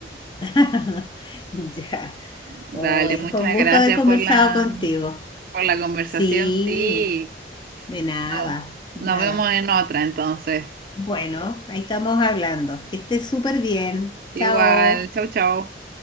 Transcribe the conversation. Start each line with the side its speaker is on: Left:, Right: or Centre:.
Left: <laughs> Ya.
Right: Dale,
Left: Oye,
Right: muchas
Left: fue un gusto
Right: gracias
Left: haber conversado
Right: por la,
Left: contigo.
Right: por la conversación,
Left: Sí,
Right: sí.
Left: de nada,
Right: No- nos
Left: de nada.
Right: vemos en otra entonces.
Left: Bueno, ahí estamos hablando. Que estés súper bien.
Right: Igual,
Left: Chao.
Right: chau, chau.